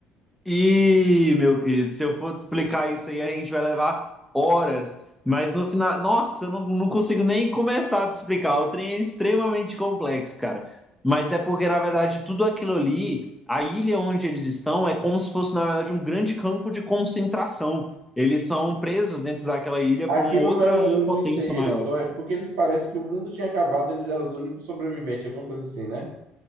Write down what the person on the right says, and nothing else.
Aquilo
não é o mundo
inteiro,
só é- porque eles parecem que o mundo tinha acabado, eles eram os únicos sobreviventes, alguma coisa assim, né?